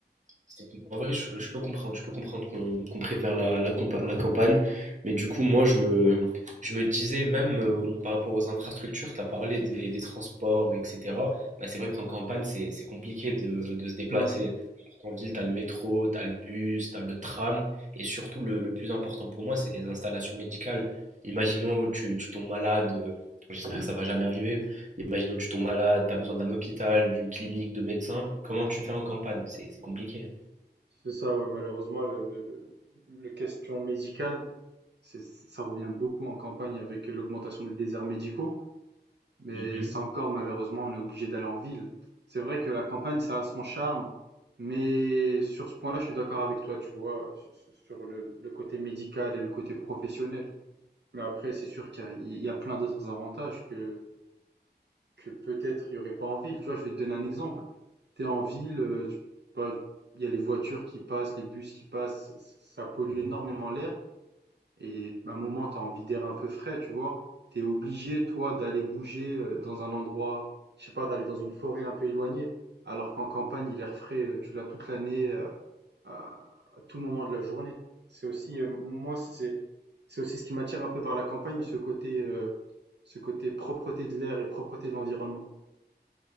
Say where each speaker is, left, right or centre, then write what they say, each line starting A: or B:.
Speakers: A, on the right; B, on the right.
A: c'est- En vrai, je, je peux comprendre, je peux comprendre qu'on qu'on préfère la, la, compa- la campagne, mais du coup, moi, je me, je me disais, même euh, au- par rapport aux infrastructures, tu as parlé des, des transports, etc. Bah, c'est vrai qu'en campagne, c'est, c'est compliqué de, de se déplacer.
B: ouais.
A: En ville, tu as le métro, tu as le bus, tu as le tram, et surtout, le, le plus important pour moi, c'est les installations médicales. Imaginons tu, tu tombes malade, euh, j'espère que ça va jamais arriver, imaginons tu tombes malade, tu as besoin d'un hôpital, d'une clinique, de médecins, comment tu fais en campagne? C'est c'est compliqué. hein.
B: C'est ça, ouais, malheureusement, le, le, le- le question médicale, c'est, ça revient beaucoup en campagne avec l'augmentation des déserts médicaux, mais
A: Mhm.
B: ça encore, malheureusement, on est obligé d'aller en ville. C'est vrai que la campagne, ça a son charme, mais sur ce point-là, je suis d'accord avec toi, tu vois, sur sur le, le côté médical et le côté professionnel. Mais après, c'est sûr qu'il y a, il y a plein d'autres avantages que, que peut-être il y aurait pas en ville. Tu vois, je vais te donner un exemple. Tu es en ville, euh, tu- je sais pas, il y a les voitures qui passent, les bus qui passent, ça ça pollue
A: Mhm.
B: énormément l'air. Et à un moment, tu as envie d'air un peu frais, tu vois. Tu es obligé, toi, d'aller bouger euh, dans un endroit, je sais pas, d'aller dans une forêt un peu éloignée. Alors qu'en campagne, l'air frais, euh, tu l'as toute l'année, euh, à, à tout moment de la journée. C'est aussi, euh, moi, c'est c'est- c'est aussi ce qui m'attire un peu vers la campagne, ce côté, euh, ce côté propreté de l'air et propreté de l'environnement.